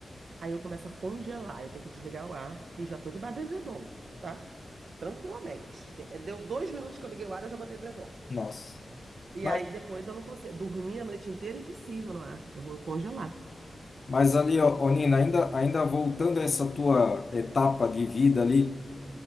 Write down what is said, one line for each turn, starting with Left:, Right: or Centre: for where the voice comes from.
Right: Aí eu começo a congelar, eu tenho que desligar o ar e já tô de debaixo do edredom, tá? Tranquilamente. De- eh, Deu dois minutos que eu liguei o ar, eu já botei edredom.
Left: Nossa.
Right: E
Left: Mas,
Right: aí depois eu não consigo. Dormir a noite inteira, impossível no ar. Eu vou congelar.
Left: mas ali, ó, ô, Nina, ainda, ainda voltando a essa tua etapa de vida ali,